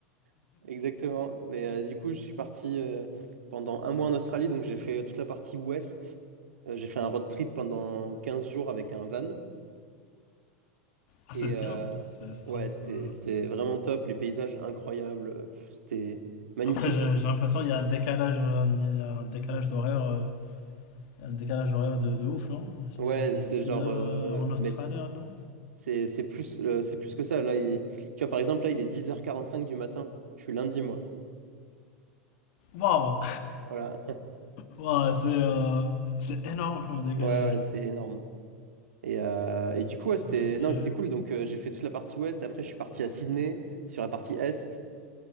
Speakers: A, on the right; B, on the left.
A: <laughs> exactement. Mais euh, du coup je suis parti euh, pendant un mois en Australie, donc j'ai fait toute la partie ouest. Euh, j'ai fait un road trip pendant 15 jours avec un van
B: Ah,
A: et
B: c'est
A: euh,
B: bien, c'est c'est
A: ouais
B: trop
A: c'était
B: cool.
A: c'était vraiment top, les paysages incroyables, Pff, c'était magnifique.
B: Après, j'ai j'ai l'impression qu'il y a un décalage, euh, il y a un décalage d'horaire, euh, il y a un décalage horaire de, de ouf, non?
A: Ouais,
B: Je pense que
A: c'est
B: c'est 6
A: genre,
B: heures
A: euh,
B: euh, en Australie,
A: mais c'est
B: non?
A: c'est c'est plus, euh, c'est plus que ça. Là, il- tu vois, par exemple, là, il est dix heures quarante-cinq du matin. Je suis lundi, moi.
B: Waouh!
A: Voilà. <laughs>
B: Ouah, c'est euh, c'est énorme comme décalage.
A: Ouais, ouais, c'est énorme. Et, euh, et du coup, ouais, c'était,
B: Ouais, Ok.
A: non, c'était cool. Donc, euh, j'ai fait toute la partie ouest. Après, je suis parti à Sydney, sur la partie est.